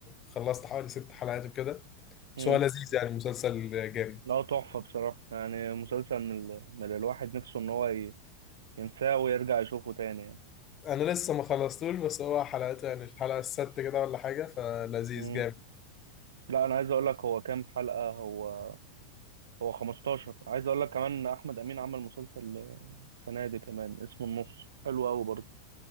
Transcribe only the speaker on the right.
امم
لا تحفه بصراحه يعني مسلسل من, ال... من الواحد نفسه ان هو ي... ينساه ويرجع يشوفه تاني يعني
امم
لا انا عايز اقول لك هو كام حلقه هو هو 15 عايز اقول لك كمان احمد امين عمل مسلسل آه، السنه دي كمان اسمه النص حلو قوي برضه